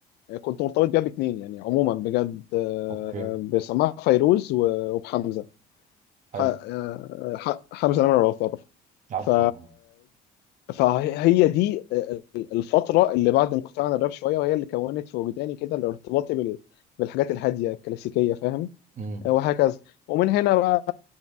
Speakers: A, on the left; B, on the right.
A: كنت مرتبط بيها باتنين يعني عموما بجد آه،
B: اوكي
A: بسماع فيروز و- وبحمزه
B: حلو
A: ح- آه، ح- حمزه نمره لو تعرف
B: عارفه
A: ف
B: عموما
A: فهي دي الفتره اللي بعد انقطاع عن الراب شويه وهي اللي كونت في وجداني كده الارتباطي بال- بالحاجات الهاديه الكلاسيكيه فاهم
B: امم
A: وهكذا ومن هنا بقى